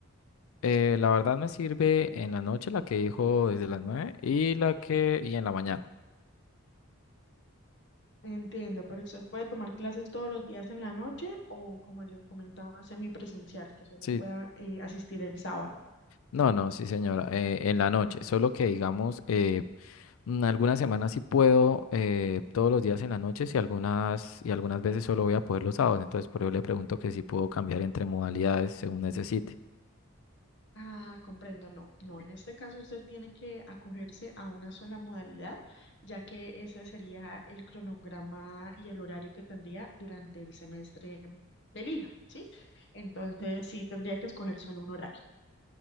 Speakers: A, on the left; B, on the left.
A: Eh, la verdad me sirve en la noche la que dijo desde las 9 y la que, y en la mañana.
B: Entiendo, pero usted puede tomar clases todos los días en la noche o, como le comentaba, semipresencial, que solo
A: Sí,
B: pueda eh, asistir el sábado.
A: No, no, sí, señora, eh, en la noche, solo que digamos, eh, mm, algunas semanas sí puedo eh, todos los días en la noche y algunas, y algunas veces solo voy a poder los sábados, entonces por eso le pregunto que si puedo cambiar entre modalidades según necesite.
B: Ah, comprendo, no, no, en este caso usted tiene que acogerse a una sola modalidad, ya que ese sería el cronograma y el horario que tendría durante el semestre que elija, ¿sí? Entonces sí tendría que escoger solo un horario.